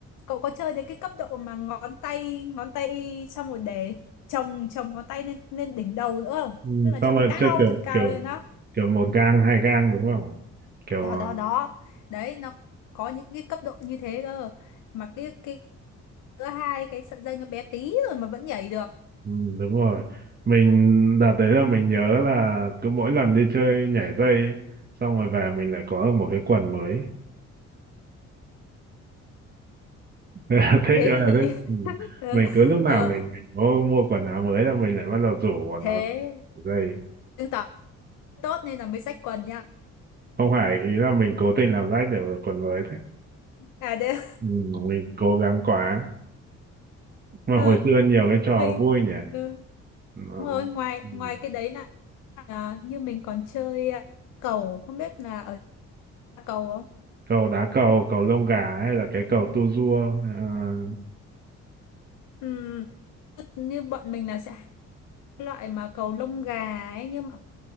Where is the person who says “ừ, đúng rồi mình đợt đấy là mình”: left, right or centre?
Right